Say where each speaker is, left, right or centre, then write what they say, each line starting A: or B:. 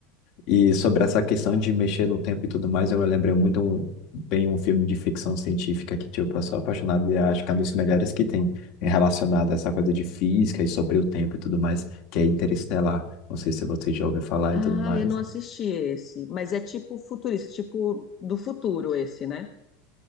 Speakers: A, on the left; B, on the left.
A: E sobre essa questão de mexer no tempo e tudo mais, eu me lembro muito um- bem um filme de ficção científica que, tipo, eu sou apaixonado e acho que é um dos melhores que tem é relacionado a essa coisa de física e sobre o tempo e tudo mais, que é Interestelar. Não sei se você já ouviu falar
B: Ah,
A: e tudo mais.
B: eu não assisti esse, mas é tipo futurista, tipo do futuro esse, né?